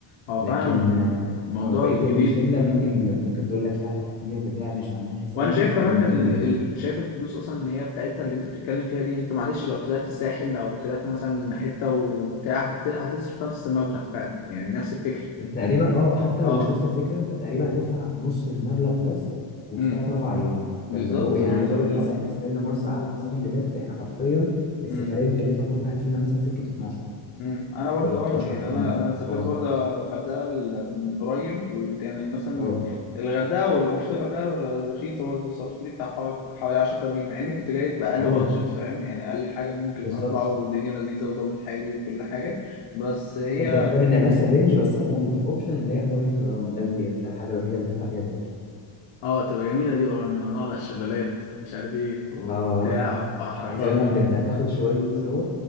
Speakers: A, on the left; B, on the left.
A: هو
B: لكن
A: فعلا
B: آه،
A: موضوع
B: أو بقيه
A: جديد
B: الشله ممكن ممكن تقول لك لا كتير بتاع مش عاملين حسابنا
A: وانا شايف كمان
B: فممكن
A: ال...
B: ما يدوسوش
A: ال... شايف الفلوس اصلا ان هي بتاعتها اللي انت بتتكلم فيها دي انت معلش لو طلعت الساحل او طلعت مثلا حته وبتاع هت... هتصرف نفس المبلغ فعلا يعني نفس الفكره
B: تقريبا اه حتى
A: اه
B: لو مش نفس الفكره انت تقريبا هتدفع نص المبلغ بس وفي
A: امم
B: ثلاث اربع ايام
A: بالظبط
B: فاللي هو يعني
A: ولا
B: عايز اقول
A: ولا
B: لك مثلا احنا سافرنا مرسى علم السنه اللي فاتت احنا حرفيا السفريه
A: امم
B: مكلفه كل واحد فينا مثلا سكه 12
A: امم انا برضو
B: 13
A: اه يعني
B: تقريبا
A: انا أنا سافرت
B: اه
A: برضو الغردقه ال- من قريب يعني مثلا
B: اه
A: الغردقه ولو مش الغردقه رخيصه برضو صرفت لي بتاع حوالي حوالي 10000 جنيه مع اني كنت جايب اقل
B: اه
A: بادجت فاهم يعني اقل حاجه ممكن
B: بالظبط
A: اطلع والدنيا لذيذه وظابط حالي وكل حاجه بس هي
B: فانت بتتكلم انها نفس الرينج بس احنا اللي في اوبشن اللي هي حوار الطيران ده الزياده ده الحاجه الوحيده اللي بتدفع فيها زياده
A: اه تبقى جميلة دي اه إنه نقعد على الشلالات مش عارف ايه وبتاع
B: اه
A: وحركات
B: عايز اقول
A: بقى
B: لك ده انت هتاخد شويه صور